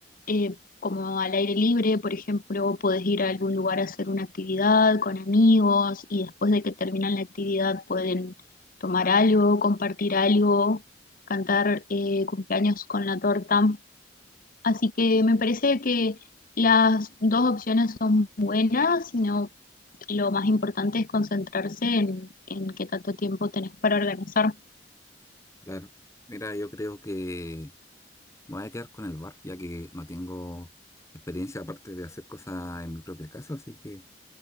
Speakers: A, on the left; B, on the left.
A: eh, como al aire libre, por ejemplo, podés ir a algún lugar a hacer una actividad con amigos y después de que terminan la actividad pueden tomar algo, compartir algo, cantar eh, cumpleaños con la torta. Así que me parece que las dos opciones son buenas, sino lo más importante es concentrarse en, en qué tanto tiempo tenés para organizar.
B: claro. Mira, yo creo que me voy a quedar con el bar, ya que no tengo experiencia aparte de hacer cosas en mi propia casa, así que